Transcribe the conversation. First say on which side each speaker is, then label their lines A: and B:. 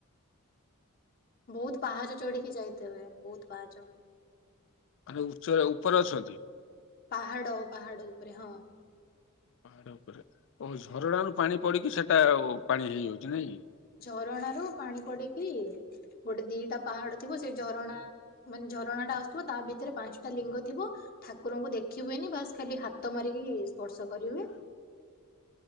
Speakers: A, on the left; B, on the left.
A: ବହୁତ ପାହାଚ ଚଢିକି ଯାଇତ ହୁଏ। ବହୁତ ପାହାଚ
B: ଆ ଉଚ ଉପରେ ଅଛନ୍ତି।
A: ପାହାଡ ପାହାଡ ଉପରେ ହଁ।
B: ପାହାଡ ଉପରେ ଓ ଝରଣା ରୁ ପାଣି ପଡିକି ସେଟା ପାଣି ହେଇଯାଉଛି ନାଇଁକି
A: ଝରଣା ରୁ ପାଣି ପଡିକି ଗୋଟେ ଦିଟା ପାହାଡ ଥିବ। ସେଇ ଝରଣା ମାନେ ଝରଣା ଟା ଆସୁଥିବ ତା ଭିତରେ ପାଞ୍ଚଟା ଲିଙ୍ଗ ଥିବ। ଠାକୁରଙ୍କୁ ଦେଖି ହୁଏନି। ବାସ୍ ଖାଲି ହାତ ମାରିକି ସ୍ପର୍ଶ କରିହୁଏ।